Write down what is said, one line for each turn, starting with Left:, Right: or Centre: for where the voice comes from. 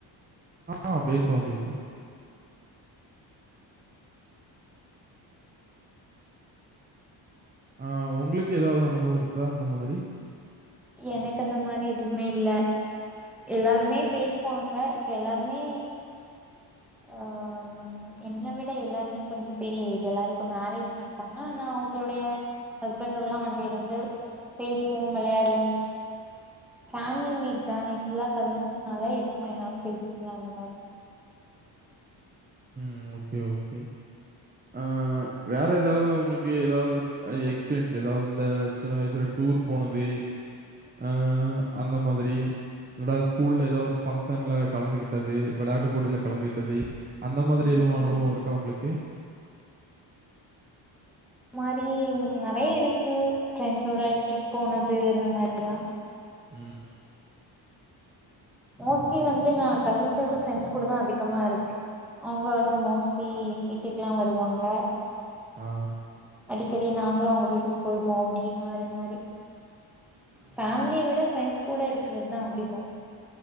Right: ஆ பேசோவோம் பேசோவோம் அ உங்களுக்கு ஏதாவது அனுபவம் இருக்குதா இந்த மாதிரி
Centre: எனக்கு அந்த மாதிரி எதுவுமே இல்ல எல்லாருமே பேசுவாங்க இப்ப எல்லாருமே ஆ என்னை விட எல்லாருமே கொஞ்சம் பெரிய ஏஜ் எல்லாரும் இப்ப மேரேஜ் பண்ட்டாங்க ஆனா அவங்களுடைய ஹஸ்பண்ட்ல்லா வந்து இருந்து பேசுவோம் விளையாடுவோம் ஃபேமிலி மீட் தானே ஃபுல்லா கசின்ஸ்னால எப்பவுமானாலு பேசிக்கலா அந்த மாதிரி
Right: ம் ஓகே ஓகே ஆ வேற ஏதாவது உங்களுக்கு ஏதாவது எக்ஸ்பீரியன்ஸ் ஏதாவது இந்த சின்ன வயசுல டூர் போனது அ அந்த மாதிரி ரெண்டாவது ஸ்கூல்ல ஏதாவது ஒரு பங்க்ஷன்ல கலந்துகிட்டது விளையாட்டு போட்டியில கலந்துகிட்டது அந்த மாதிரி எதுவும்
Centre: ம்
Right: அனுபவம் இருக்கா உங்களுக்கு
Centre: மாதிரி நிறைய இருக்கு ஃப்ரெண்ட்ஸோட ட்ரிப் போனது அந்த மாதிரில்லா
Right: உம்
Centre: மோஸ்ட்லி வந்து நா கசின்ஸ விட ஃரெண்ட்ஸ் கூட தா அதிகமா இருப்பேன் அவங்க வந்து மோஸ்ட்லி வீட்டுக்குல்லாம் வருவாங்க
Right: ஆ
Centre: அடிக்கடி நாங்களும் அவங்க வீட்டுக்கு போயப்போம் அப்படி மாறி மாறி ஃபேமிலிய விட ஃப்ரெண்ட்ஸ் கூட இருக்கிறது தா அதிகம்